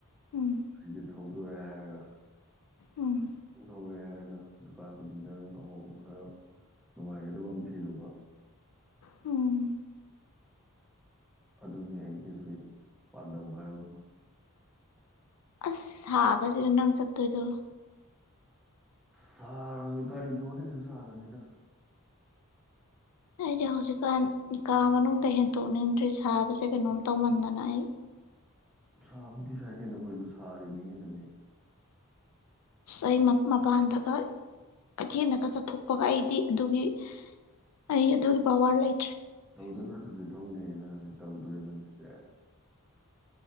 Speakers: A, on the left (about 90°); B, in the centre.
A: ꯎꯝ
B: ꯉꯥꯏ ꯊꯧꯗꯣꯛꯑꯦ ꯍꯥꯏꯔꯒ
A: ꯎꯝ
B: ꯎꯍꯧꯔꯦ ꯍꯥꯏꯔꯒ ꯗꯨꯀꯥꯟ ꯐꯅꯤꯡꯡꯗꯔꯒ ꯄꯍꯣꯕ ꯈꯔ ꯅꯨꯡꯉꯥꯏꯒꯗꯕ ꯑꯃ ꯊꯤꯔꯨꯕ
A: ꯎꯝ
B: ꯑꯗꯨꯅꯤ ꯑꯩꯒꯤꯁꯤ ꯄꯥꯟꯗꯝ ꯍꯥꯏꯕ
A: ꯑꯁ ꯁꯥꯒꯁꯤꯗ ꯅꯪ ꯆꯠꯇꯣꯏꯗꯣ
B: ꯁꯥꯔꯁꯨ ꯀꯔꯤ ꯊꯗ ꯀꯁꯨ ꯁꯥꯗꯃꯤꯗ
A: ꯑꯩꯁꯦ ꯍꯧꯖꯤꯛꯀꯥꯟ ꯀꯥ ꯃꯅꯨꯡꯗ ꯍꯦꯟꯇꯣꯛꯅꯤꯡꯗ꯭ꯔꯦ ꯁꯥꯕꯁꯦ ꯀꯩꯅꯣꯝ ꯇꯧꯃꯟꯗꯅ ꯑꯩ
B: ꯁꯥꯕꯨꯗꯤ ꯁꯥꯏ ꯀꯦꯅꯣꯈꯣꯏꯕꯨ ꯁꯥꯔꯤꯅꯤ ꯍꯦꯟꯅꯅꯦ
A: ꯏꯩ ꯃꯄꯥꯟꯗꯒ ꯀꯩꯊꯦꯜꯗꯒ ꯆ ꯊꯣꯛꯄꯒ ꯑꯩꯗꯤ ꯑꯗꯨꯒꯤ ꯑꯩ ꯑꯗꯨꯒꯤ ꯄꯋꯥꯔ ꯂꯩ
B: ꯇꯧꯗ ꯉꯥꯛꯇꯕꯗꯤ ꯊꯧꯅꯤꯅ ꯍꯧꯖꯤꯛ ꯇꯧꯗꯣꯔꯤꯕꯅꯤꯁꯦꯁ